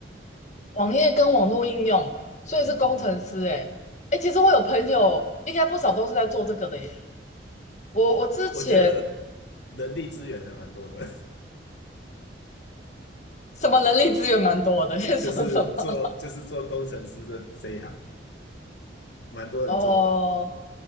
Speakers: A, on the left; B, on the left.
A: 网页跟网络应用，所以是工程师诶。
B: 嗯嗯嗯，
A: 诶，其实我有朋友，应该不少都是在做这个的耶。我我之前
B: 我觉得人力资源还蛮多的，
A: 什么人力资源蛮多的，
B: <laughs>
A: <laughs> 先说什么？
B: 就是做就是做工程师这这一行，蛮多人做的。
A: 哦、